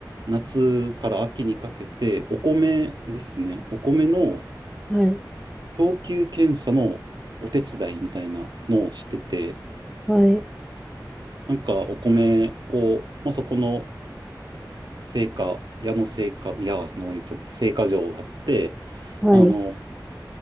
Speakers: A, on the right; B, in the centre.
A: 夏から秋にかけて、お米ですね、お米の
B: はい、
A: 等級検査のお手伝いみたいなのをしてて、
B: はい、
A: なんかお米を、まあ、そこの製菓、矢野製菓、いや、名前言ってた製菓場があって、
B: はい。
A: あの、